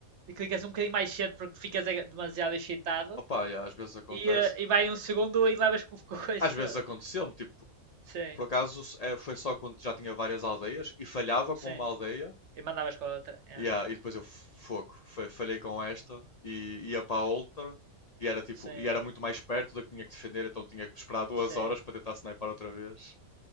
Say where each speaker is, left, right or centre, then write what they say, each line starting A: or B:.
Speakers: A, on the right (about 60°); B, on the left (about 75°).
A: clicas um bocadinho mais cedo porque ficas eh, demasiado excitado
B: Opa, yeah, às vezes acontece.
A: e, eh, e vai um segundo e levas com, <laughs> com o coisa
B: Às vezes
A: toda.
B: aconteceu-me, tipo,
A: Sim,
B: por acaso é, foi só quando já tinha várias aldeias e falhava
A: sim.
B: com uma aldeia.
A: E mandavas com a outra. Yeah.
B: Yeah, e depois eu f- fogo, fa- falhei com esta e ia para a outra e era tipo,
A: Sim,
B: e era muito mais perto da que tinha que defender, então tinha que esperar duas
A: sim.
B: horas para tentar snipar outra vez.